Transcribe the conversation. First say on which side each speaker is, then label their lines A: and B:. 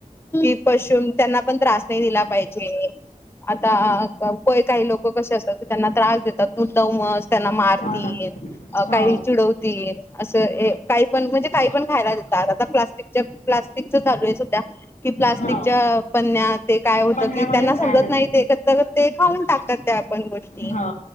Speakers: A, on the left (about 15°); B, on the left (about 65°).
A: कि पशु त्यांना पण त्रास नाही दिला पाहिजे आता कोय काही लोक कसे असतात तर त्यांना त्रास देतात. द्म त्यांना मारतिला
B: ना हो
A: काही चिडवतील असं काही पण म्हणजे काही पण खायला देतात आता प्लास्टिक प् च चालू आहे सध्या. कि प्लास्टिकच्या
B: हो
A: बरन्या ते काय होतं
B: पन्न्यामध्येच
A: कि त्यांना समजत
B: खायला
A: नाही ते करता ते खाऊन टाकतात त्या आपण गोष्टी
B: हो